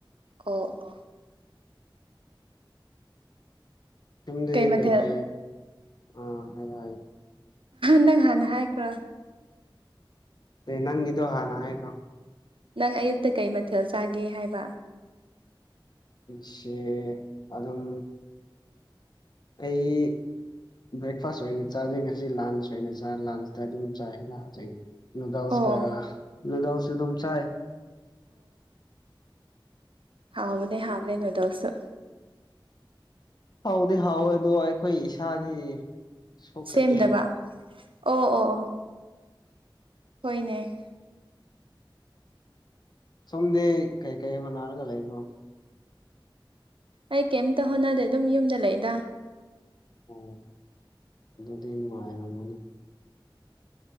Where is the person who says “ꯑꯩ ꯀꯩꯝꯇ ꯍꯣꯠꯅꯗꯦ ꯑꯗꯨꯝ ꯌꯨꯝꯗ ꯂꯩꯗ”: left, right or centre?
Right